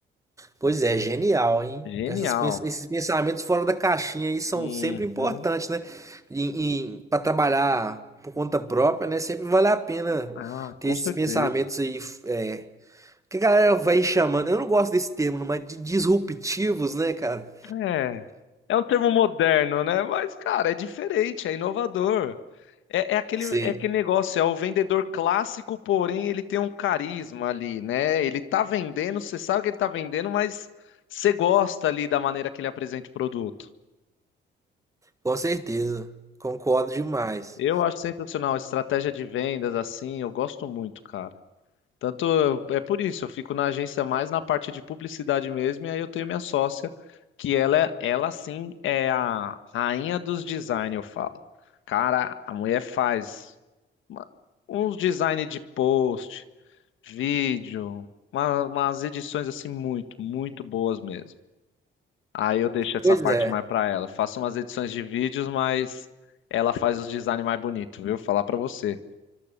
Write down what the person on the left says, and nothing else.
Genial.
Uhum.
Ah,
com
certeza.
É, é um termo moderno, né? Mas, cara, é diferente, é inovador. É, é aquele,
é aquele negócio, é o vendedor clássico, porém ele tem um carisma ali, né? Ele tá vendendo, você sabe que ele tá vendendo, mas você gosta ali da maneira que ele apresenta o produto.
Eu acho sensacional, estratégia de vendas assim, eu gosto muito, cara. Tanto eu- é por isso, eu fico na agência mais na parte de publicidade mesmo, e aí eu tenho minha sócia, que ela, é- ela sim é a rainha dos design, eu falo. Cara, a mulher faz uma- uns design de post, vídeo, uma- umas edições assim muito, muito boas mesmo. Aí eu deixo essa
parte
mais pra ela. Faço umas edições de vídeos, mas ela faz os designs mais bonitos, viu? Falar pra você.